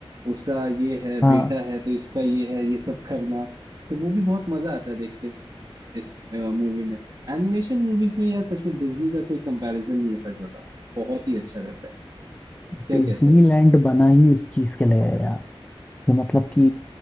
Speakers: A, on the right; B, on the left.
A: उसका ये है
B: हाँ
A: बेटा
B: हाँ
A: है तो इसका ये है ये सब करना तो वो भी बहुत मजा आता है देख के इस मूवी में एनिमेशन मूवीज में यार सच में डिज्नी का कोई कंपैरिजन नहीं है सच बताओ बहुत ही अच्छा रहता है क्या
B: डिज्नीलैंड
A: कहते हो
B: बना ही इस चीज के लिए है यार कि मतलब कि